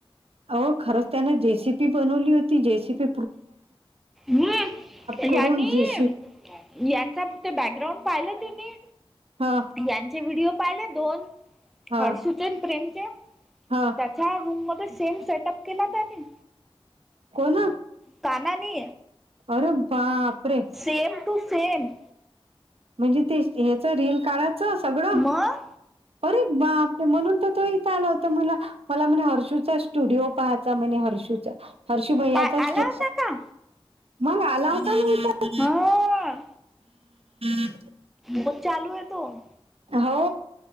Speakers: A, on the right; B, in the centre.
A: हो खरंच त्याने जे सी पी बनवली होती जे सी पी
B: नी
A: करून
B: यानी
A: जेसी
B: यांचा फक्त बॅकग्राउंड पाहिला त्यांनी
A: हा.
B: यांचे व्हिडिओ पाहिले दोन
A: हा
B: हर्षूचे न प्रेमचे
A: हा.
B: त्याच्या रूम मध्ये सेम सेटअप केला त्यानी
A: कोण
B: काना नी
A: अरे बापरे!
B: सेम टू सेम
A: म्हणजे ते ह्याच रील काढाचं सगळं
B: मग
A: अरे बापरे म्हणून तर तो इथं आला होता मला मला म्हणे हर्षूचा स्टुडिओ पाहत तर म्हणे हर्षूचा हर्ष भैयाचा
B: काय आला
A: शू
B: होता का
A: मग आला होता ना
B: हा
A: इथं
B: मग चालू होतो तो
A: हो